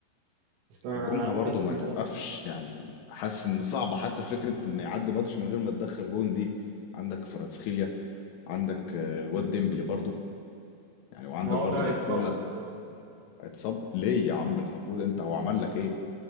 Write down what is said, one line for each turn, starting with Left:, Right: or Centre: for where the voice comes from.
Right: بس أنا
Left: هجومها برضو
Right: حاسس
Left: ما
Right: إن
Left: توقفش
Right: مثلا
Left: يعني حاسس ان صعب حتى فكرة ان يعدي ماتش من غير ما تدخل جون دي عندك فراتسخيليا عندك آه، الواد ديمبلي برضو يعني وعندك
Right: ما هو
Left: برضو
Right: ده
Left: باركولا
Right: هيتصاب إن شاء الله
Left: اتصاب ليه يا عم الحقود انت هو عمل لك ايه